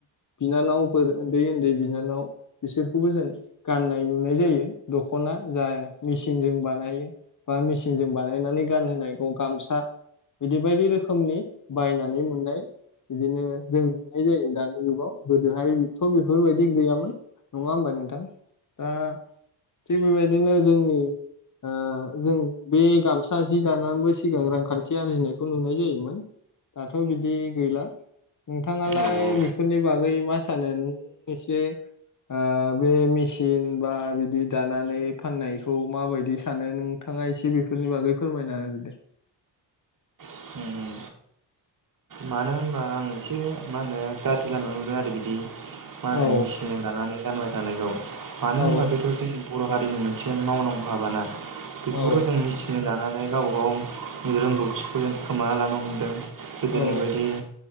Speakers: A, on the left (about 40°); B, on the right (about 45°).
A: बिनानावफोर उन्दै उन्दै बिनानाव बिसोरखौबो जों गाननाय नुनाय जायो दखना जा मेसिनजों बानायो बा मेसिनजों बानायनानै गानहोनायखौ गामसा बिदि बायदि रोखोमनि बायनानै मोननाय बिदिनो जों नुनाय जायो दानि जुगाव गोदोहायथ बेफोरबायदि गैयामोन नङा होमबा नोंथां दा थिग बेबायदिनो जोंनि ओ जों बे गामसा जि दानानैबो सिगां रांखान्थि आरजिनायखौ नुनाय जायोमोन दाथबिदि गैला नोंथाङालाय
B: औ
A: बेफोरनि बागै मा सानो नों एसे ओ बे मेसिन बा बिदि दानानै फाननायखौ माबायदि सानो नोंथाङा एसे बेफोरनि बागै फोरमायना होदो दे।
B: उम मानो होनबा आं एसे मा होनो गाज्रि लामायाव नुदो आरो बिदि मा होनो
A: औ
B: मेसिनजों दानानै गानबाय थानायखौ। मानो
A: औ
B: होनबा बेफोर जोंनि बर' हारि नि मोनसे मावनांगौ हाबाना। बेफोरखौ
A: औ
B: जों मिसिनजों दानानै गावबा गाव रोंगौथिखौ जों खोमाना लानो हमदों। गोदोनि
A: ओ
B: बायदि